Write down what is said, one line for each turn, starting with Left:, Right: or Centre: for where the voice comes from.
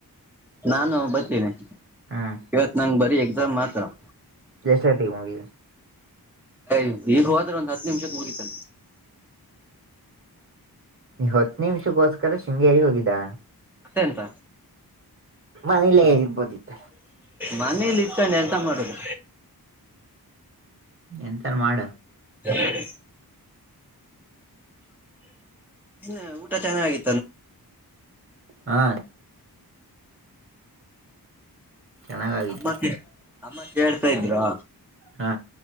Centre: ಅ್ರನಾನು ಬರ್ತೀನಿ
Right: ಹ್ಮ್
Centre: ಇವತ್ತು ನಾನು ಬರ್ತೀನಿ ದ ಮಾತ <inaudible>
Right: ಜಸತಿ ಮುೋಗ <inaudible>
Centre: ಅಯ ಈಗ ಹೋಾದ್ರೆ ಒಂದ್ ಹತ್ತು ನಿಮಿಷತ್ ಮುಗತಲ್
Right: ನೀ ಹೊತ್ತು ನಿಮಿಷಕ್ಕೋಸ್ಕರ ಶೃಂಗೇರಿಗೆ ಹೋಗಿದ್ದ
Centre: ಮತ್ತೆ ಎಂತ
Right: ಮನೇಲ್ಲೇ ಇರ್ಬೋದಿತ್ತ
Centre: ಮನೇಲಿ ಇಟ್ಟೊಂಡೆ ಎಂತ ಮಾಡುದು
Right: ಎಂತಾರ ಮಾಡ
Centre: ಹ <inaudible> ಇನ್ ಊಟ ಚೆನ್ನಾಗಿದೆ
Right: ಹಾ ಚೆನ್ನಾಗಾಗಿತ್ತು
Centre: ಅಮ್ಮ ಅಮ್ಮಾ ಕೇಳ್ತಾ ಇದ್ರಾ
Right: ಹಾ